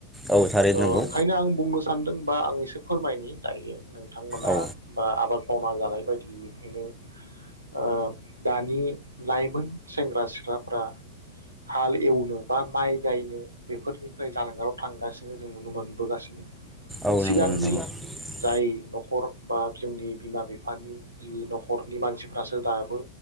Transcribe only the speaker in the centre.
औ थारैनो
नंगौ
औ
औ
नंगौ नोंथां औ